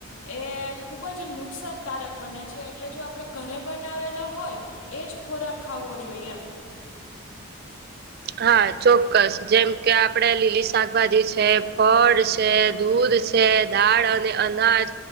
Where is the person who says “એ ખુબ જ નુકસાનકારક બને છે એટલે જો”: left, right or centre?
Left